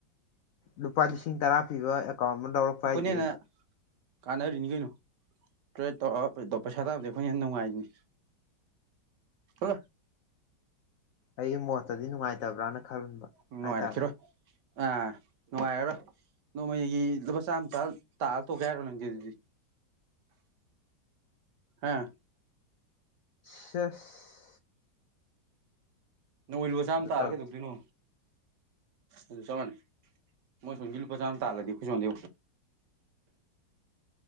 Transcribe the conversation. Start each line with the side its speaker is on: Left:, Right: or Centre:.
Left: ꯂꯨꯄꯥ ꯂꯤꯁꯤꯡ ꯇꯔꯥ ꯄꯤꯕ ꯑꯦꯀꯥꯎꯟ ꯑꯃ ꯂꯧꯔꯛꯄ
Right: ꯑꯩꯈꯣꯏꯅ
Left: ꯍꯥꯏꯁꯦ
Right: ꯍꯦꯟꯅ ꯀꯥꯟꯅꯔꯤꯅꯤ ꯀꯩꯅꯣ ꯇꯦ ꯇꯧꯔ ꯄꯩꯁꯥ ꯇꯥꯕꯗꯤ ꯑꯩꯈꯣꯏꯅ ꯌꯥꯝꯦ ꯅꯨꯡꯉꯥꯏꯔꯤꯅꯤ ꯍꯂ <unintelligible> <inaudible>
Left: ꯑꯩꯒꯤ ꯃꯣꯠꯇꯗꯤ ꯅꯨꯡꯉꯥꯏꯇꯕ꯭ꯔꯅ ꯈꯟꯕ
Right: ꯅꯨꯡꯉꯥꯏꯔꯛꯈꯤꯔꯣꯏ
Left: ꯍꯥꯏꯇꯥꯔꯦ
Right: ꯑꯥ ꯅꯨꯡꯉꯥꯏꯔꯔꯣꯏ ꯅꯣꯡꯃꯩꯒꯤ ꯂꯨꯄꯥ ꯆꯥꯝꯃ ꯆ ꯇꯥꯑ ꯊꯣꯛꯀꯦ ꯍꯥꯏꯔꯣ ꯅꯪꯁꯦ ꯑꯗꯨꯗꯤ ꯍꯥꯥ
Left: ꯁ <unintelligible> <inaudible>
Right: ꯅꯣꯡ ꯂꯨ ꯑꯁꯥꯝ ꯇꯥꯔ
Left: ꯇꯧꯔꯤꯁꯦ
Right: ꯀꯩꯗꯧꯗꯣꯏꯅꯣ ꯑꯗꯨ ꯆꯞ ꯃꯥꯟꯅꯩ ꯃꯣꯏ ꯁꯣꯝꯒꯤ ꯂꯨꯄꯥ ꯆꯥꯝꯃ ꯇꯥꯒꯗꯤ ꯑꯩꯣꯏ ꯁꯣꯟꯗꯦ